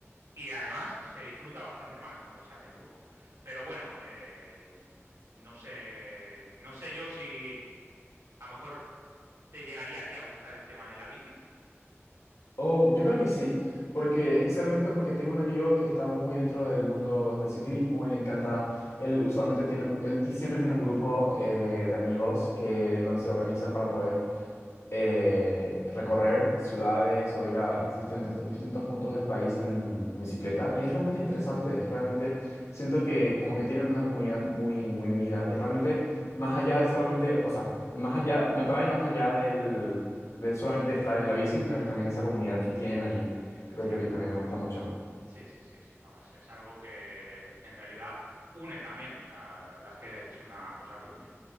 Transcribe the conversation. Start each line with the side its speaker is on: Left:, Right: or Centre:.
Right: Y además se disfruta bastante más cuando se hace en grupo. Pero bueno, eh, no sé. No sé yo si a lo mejor te llegaría a ti a gustar el tema de la bici.
Left: Oh, yo creo que sí, porque especialmente porque tengo un amigo que está muy dentro del mundo del ciclismo y le encanta, él usualmente tiene un, él ti- siempre tiene un grupo eh, de amigos que en donde se organizan para poder eh, recorrer ciudades o ir a distintos, distintos puntos del país en, en bicicleta. Y es realmente interesante, es realmente, siento que como que tienen una comunidad muy, muy unida y realmente más allá de solamente, o sea, más allá, me atrae más allá del, de solamente estar en la bici, sino que también esa comunidad que tienen ahí, creo
Right: Sí,
Left: yo que también me gusta mucho.
Right: sí, sí, sí, sí. No, es, es algo que en realidad une también. O sea, la verdad es que es una cosa que une.